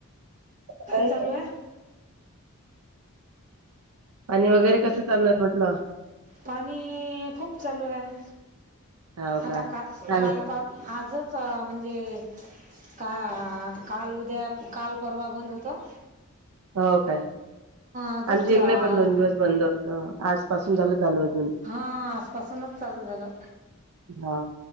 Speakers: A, on the right; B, on the right.
A: काय?
B: चालू आहे
A: आणि वगैरे कसं चाललंय म्हटलं?
B: पाणीऽऽ खूप चालू हाय.
A: हाव
B: आता का,
A: काय
B: काल, आजच, म्हणजे,, का काल उद्या, काल परवा बंद, हुतं.
A: हो काय?
B: आजच
A: आमचे
B: ल-
A: इकडे
B: आलं
A: पण दोन दिवस बंद होत, आजपासून झालं चाल य आजून,
B: हां आजपासूनच चालू झालं
A: मगं